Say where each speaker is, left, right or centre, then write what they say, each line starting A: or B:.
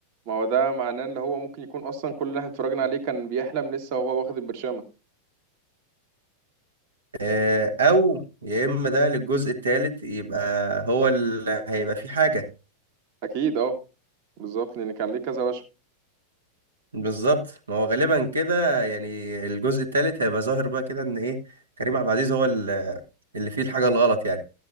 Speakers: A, on the right; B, on the right.
A: ما هو ده معناه ان هو ممكن يكون اصلا كل اللي احنا اتفرجنا عليه كان بيحلم لسه وهو واخد البرشامه
B: آه، او يا اما ده للجزء الثالث يبقى هو اللي هيبقى فيه حاجه
A: اكيد اه بالظبط لان كان ليه كذا وشم
B: بالظبط ما هو غالبا كده يعني الجزء الثالث هيبقى ظاهر بقى كده ان ايه كريم عبد العزيز هو اللي اللي فيه الحاجه الغلط يعني